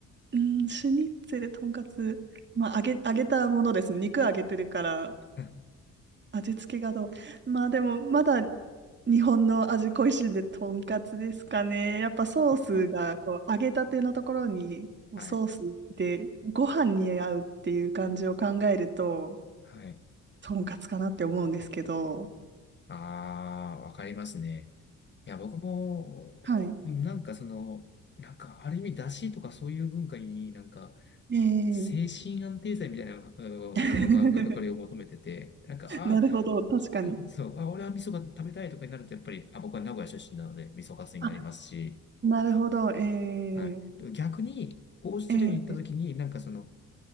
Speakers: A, on the right (about 35°); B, on the left (about 35°).
A: うん、シュニッツェル、とんかつ、まあ、揚げ、揚げたものですね。肉揚げてるから、
B: <laughs>
A: 味付けがどう。まあでも、まだ日本の味恋しいんで、とんかつですかね。やっぱソースが、
B: あ、
A: こう、揚げたてのところに、こうソースでご飯に合うっていう感じを考えると、
B: はい。はい。
A: とんかつかなって思うんですけど。
B: ああ、わかりますね。いや、僕も、
A: はい。
B: うんなんかその、なんかある意味、出汁とかそういう文化になんか、
A: ええ
B: 精神安定剤みたいな、あの、
A: <laughs>
B: わかりを求めてて、なんか、ああ、
A: なるほど、確かに。
B: そう、あ、俺は味噌が食べたいとかになると、やっぱり、あ、僕は名古屋出身なので、味噌カツになりますし、
A: あ、なるほど、ええ
B: はい。逆に、オーストラリアに行った時に、
A: ええ
B: なんかその、